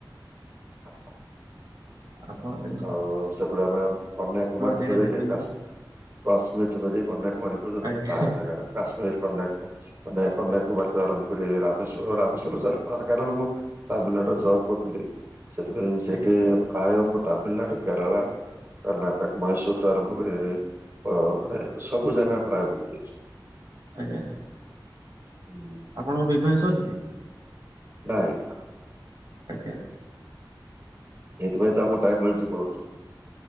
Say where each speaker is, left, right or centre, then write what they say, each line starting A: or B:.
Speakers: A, on the right; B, on the right.
A: <inaudible>
B: ଆପଣ ଯା
A: ଆଉ ସେପଟେ ଆମର କନ୍ୟା କୁମାରୀ ଠୁ
B: ଜାଗା
A: ଧରି
B: ଦେଖନ୍ତୁ
A: ଟିକେ କାସ୍ କାଶ୍ମୀର ଠୁ ଧରିକି କନ୍ୟାକୁମାରୀ ପର୍ଯ୍ୟନ୍ତ
B: ଆଜ୍ଞା
A: ପ୍ରାୟ ଜାଗା। କାଶ୍ମୀର କନ୍ୟାକୁ ମାନେ କନ୍ୟାକୁମାରୀ ଠୁ ଆରମ୍ଭ କରି ରାମେଶ୍ଵର ରାମେଶ୍ଵର ଚାରି ପାଞ୍ଚ କାରଣ ମୁଁ। ତାମିଲନାଡୁ ରେ ଜବ୍ କରୁଥିଲି। ସେଥିପାଇଁ ସେଇଠି
B: ଆଜ୍ଞା
A: ପ୍ରାୟ ମୁଁ ତାମିଲନାଡୁ କେରଳା କର୍ଣ୍ଣାଟକ ମହୀଶୂର ଠୁ ଆରମ୍ଭ ଆ ଅ ମାନେ ସବୁ ଜାଗା ପ୍ରାୟ ବୁଲି ଦେଇଛି।
B: ଆଜ୍ଞା
A: ହୁଁ।
B: ଆପଣଙ୍କ ବିବାହ ସରିଛି?
A: ନାଇଁ ବା।
B: ଆଜ୍ଞା।
A: ସେଇଥିପାଇଁ ତ ଆମକୁ ଟାଇମ ମିଳୁଛି ପଳଉଛୁ।